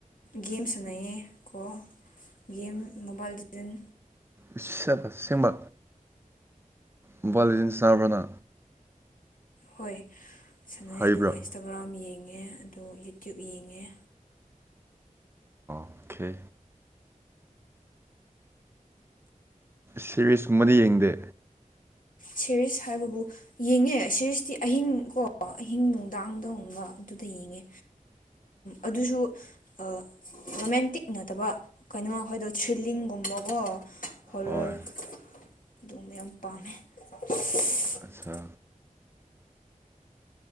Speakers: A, on the left; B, on the right.
A: ꯒꯦꯝ ꯁꯥꯟꯅꯩꯑꯌꯦ ꯀꯣ ꯒꯦꯝ ꯃꯣꯕꯥꯜ ꯂꯤꯖꯦꯟ
B: <unintelligible> ꯑꯁꯦꯡ ꯕꯥ ꯃꯣꯕꯥꯜ ꯂꯤꯖꯦꯟ ꯁꯥꯟꯅꯕꯔꯥ ꯅꯥ
A: ꯍꯣꯏ ꯁꯥꯟꯅꯩ
B: ꯍꯩꯕ꯭ꯔꯥ
A: ꯑꯗꯨꯒ ꯏꯟꯁꯇꯥꯒ꯭ꯔꯥꯝ ꯌꯦꯡꯉꯦ ꯌꯦꯡꯑꯦ ꯑꯗꯣ ꯌꯨ ꯇꯨꯕ ꯌꯦꯡꯑꯦ
B: ꯑꯣꯀꯦ ꯁꯦꯔꯤꯁ ꯀꯨꯝꯕꯗꯤ ꯌꯦꯡꯗꯦ
A: ꯁꯦꯔꯤꯁ ꯍꯥꯏꯕꯕꯨ ꯌꯦꯡꯉꯦ ꯁꯦꯔꯤꯁꯇꯤ ꯑꯍꯤꯡ ꯀꯣ ꯑꯍꯤꯡ ꯅꯨꯡꯗꯥꯡꯗꯒꯨꯝꯕ ꯗꯨꯗꯥ ꯌꯦꯡꯉꯦ ꯑꯗꯨꯁꯨ ꯑꯥ ꯔꯣꯃꯦꯟꯇꯤꯛ ꯅꯠꯇꯕ ꯀꯩꯅꯣ ꯑꯈꯣꯏꯗꯣ ꯊ꯭ꯔꯤꯜꯂꯤꯡꯒꯨꯝꯕꯀꯣ ꯍꯣꯔꯔ
B: ꯍꯣꯏ
A: ꯑꯗꯨꯒꯨꯝꯕ ꯌꯥꯝ ꯄꯥꯝꯃꯦ <unintelligible>
B: ꯑꯠꯆꯥ